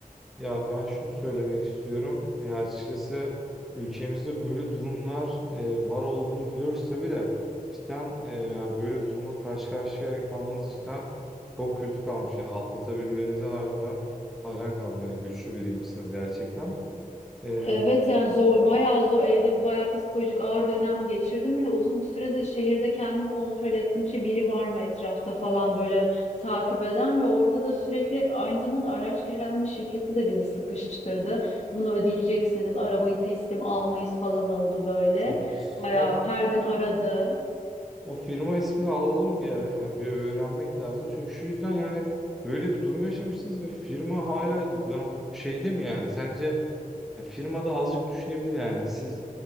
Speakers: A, in the centre; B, on the left.
A: Ya ben şunu söylemek istiyorum. Ya açıkçası ülkemizde böyle durumlar e, var olduğunu biliyoruz tabii de cidden e, yani böyle bir durumla karşı karşıya kalmanız cidden çok kötü kalmış. Yani atlatabilmenize harbiden hayran kaldım. Yani güçlü biriymişsiniz gerçekten. E,
B: Evet yani zor bayağı zor evde bayağı psikolojik ağır dönem geçirdim ve uzun bir sürede şehirde kendim kontrol ettim ki biri var mı etrafta falan böyle takip eden ve orada da sürekli aynı zamanda araç kiralama şirketi de bizi sıkıştırdı. Bunu ödeyeceksiniz arabayı teslim almayız falan oldu böyle
A: çok
B: bayağı
A: ya
B: her gün aradı.
A: o firma ismini alalım bir ara. Yani bir öğrenmek lazım. Çünkü şu yüzden yani böyle bir durum yaşamışsınız ve firma hala ben bu şeyde mi yani? Sence Ya firma da azıcık düşünebilir yani. Siz